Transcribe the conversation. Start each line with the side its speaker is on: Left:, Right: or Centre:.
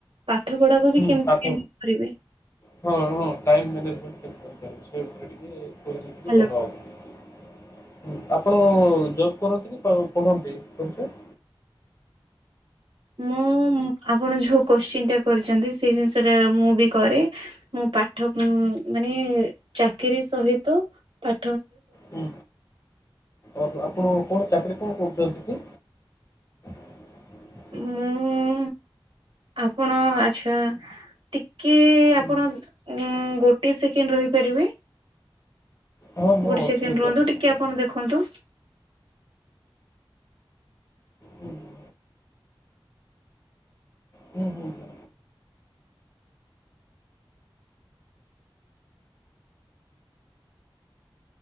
Right: ପାଠ ପଢ଼ାକୁ
Left: ହୁଁ
Right: ବି କେମତି
Left: ପାଠ
Right: ପ୍ୟାନି କରିବେ।
Left: ହଁ ହଁ ଟାଇମ୍ ମ୍ୟାନେଜମେଣ୍ଟ୍ କେମତି କରିପାରିବ ସେଇ ଉପରେ ଟିକେ କହିଲେ
Right: ହ୍ୟାଲୋ।
Left: ଟିକେ ଭଲ ହବ। ଉଁ ଆପଣ ଜବ୍ କରନ୍ତି କି ପ ପଢ଼ନ୍ତି ଅବିକା? <inaudible>
Right: ମୁଁ ଉଁ ଆପଣ ଯୋଉ କୋଶ୍ଚିନ୍ ଟା କରିଚନ୍ତି ସେ ଜିନିଷଟା ମୁଁ ବି କରେ ମୁଁ ପାଠ ପୁଁ ଉଁ ମାନେ ଚାକିରୀ ସହିତ ପା
Left: ହୁଁ ଅହୋ ଆପଣ କଣ ଚାକିରି କଣ କରୁଚନ୍ତି କି? <inaudible>
Right: ମୁଁ ଆପଣ ଆଚ୍ଛା ଟି କି
Left: ହୁଁ,
Right: ଆପଣ ଉଁ ଗୋଟିଏ ସେକେଣ୍ଡ୍ ରହିପାରିବେ?
Left: ହଁ ମୁଁ
Right: ଗୋଟେ ସେକେଣ୍ଡ
Left: ଅଛି ଗୋଟେ
Right: ରୁହନ୍ତୁ
Left: ସେକେଣ୍ଡ।
Right: ଟିକେ ଆପଣ ଦେଖନ୍ତୁ
Left: ହୁଁ ହୁଁ। ହୁଁ ହୁଁ ହୁଁ।